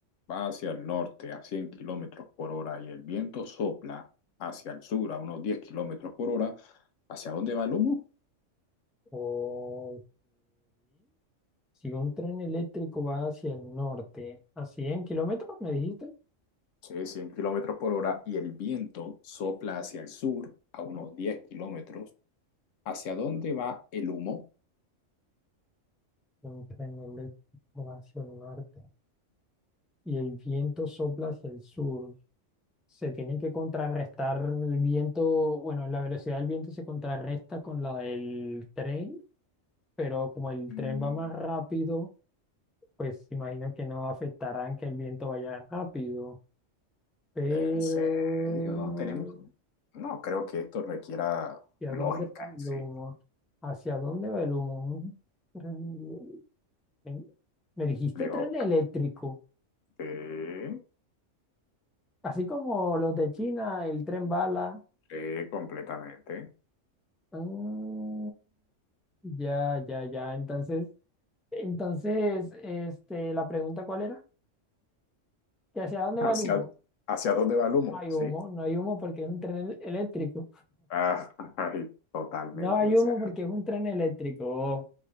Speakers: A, on the left; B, in the centre.
A: va hacia el norte a 100 kilómetros por hora y el viento sopla hacia el sur a unos 10 kilómetros por hora, ¿hacia dónde va el humo?
B: Ok. Si un tren eléctrico va hacia el norte, ¿a 100 kilómetros me dijiste?
A: Sí, cien kilómetros por hora y el viento sopla hacia el sur a unos 10 kilómetros ¿Hacia dónde va el humo?
B: Un tren eléctrico va hacia el norte y el viento sopla hacia el sur. Se tiene que contrarrestar el viento, bueno, la velocidad del viento se contrarresta con la del tren, pero como el
A: Mm,
B: tren va más rápido pues imagino que no afectarán que el viento vaya rápido. Pero,
A: ¿En serio? Tenemos... No, creo que esto requiera
B: ¿hacia
A: lógica
B: dónde va
A: en
B: el
A: sí.
B: humo? ¿Hacia dónde va el humo? Un tren- Me dijiste
A: Le Dijo,
B: tren eléctrico,
A: sí,
B: así como los de China, el tren bala.
A: sí, completamente.
B: Ah, ya, ya, ya. Entonces, entonces, este, la pregunta ¿cuál era? ¿Que hacia dónde
A: ¿Hacia,
B: va el humo?
A: hacia dónde va el humo?
B: No hay
A: Sí.
B: humo, no hay humo porque es un tren el- eléctrico.
A: Ah, <laughs> ay, totalmente,
B: No hay
A: o
B: humo
A: sea,
B: porque es un tren eléctrico.